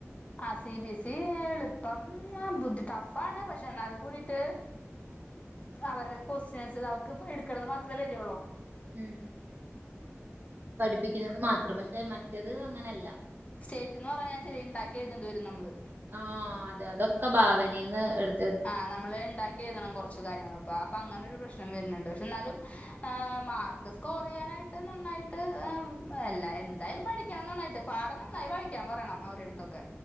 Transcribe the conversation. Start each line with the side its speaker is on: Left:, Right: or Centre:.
Left: ആ സി ബി സി ഈ എളുപ്പം ബുദ്ധി ടഫാണ് പക്ഷെ എന്നാലും കൂടിട്ട് അവരുടെ ക്വസ്റ്റ്യൻസ് അവർക്ക് എടുക്കണന്ന് മാത്രെവരുള്ളൂ
Right: ഉം പഠിപ്പിക്കുന്നത് മാത്രം പക്ഷെ മറ്റത് അങ്ങനെല്ല
Left: സ്റ്റേറ്റ്ന്ന് പറഞ്ഞാ ഇചിരി ഇണ്ടാക്കി എഴുതണ്ടവരും നമ്മള്
Right: ആഹ് അതെ അതൊക്കെ ഭാവനേന്ന് എടു-
Left: ആഹ് നമ്മള് ഇണ്ടാക്കി എഴുതണം കൊറച്ച് കാര്യങ്ങൾ അപ്പ അപ്പ അങ്ങനൊരു പ്രശ്നം വരുണൊണ്ട് പക്ഷെന്നാലും മാർക്ക് സ്കോർ ചെയ്യാനാട്ട് നന്നായിട്ട് അല്ല എന്തായാലും പഠിക്കണം നന്നായിട്ട് പാടം നന്നായി വായിക്കാൻ പറയണം അവരട- ത്തൊക്കെ